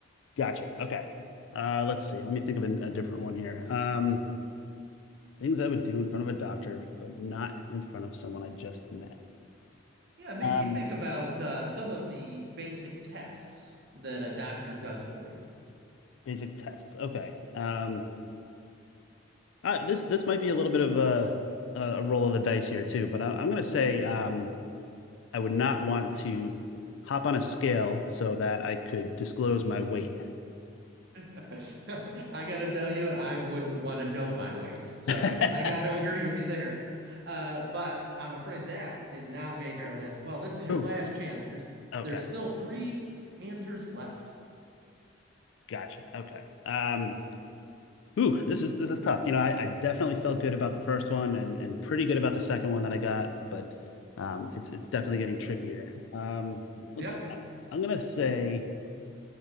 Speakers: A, on the left; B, on the right.
A: gotcha. Okay, uh, let's see. Let me think of a, a different one here. Um, things I would do in front of a doctor, but not in front of someone I just met.
B: Yeah, maybe
A: Um,
B: think about uh, some of the basic tests that a doctor does for you.
A: basic tests. Okay. Um, uh, this this might be a little bit of a a roll of the dice here too, but I, I'm gonna say um, I would not want to hop on a scale so that I could disclose my weight.
B: <laughs> I gotta tell you, I wouldn't want to know my weight. So
A: <laughs>
B: I gotta agree with you there. Uh, but I'm afraid that did not make our list. Well, this is your
A: Ooh.
B: last chance. There's
A: Okay.
B: there's still three answers left. <laughs>
A: Gotcha. Okay. Um, ooh, this is this is tough. You know, I, I definitely felt good about the first one and and pretty good about the second one that I got, but um, it's it's definitely getting trickier. Um, let's
B: Yep.
A: see. I'm gonna say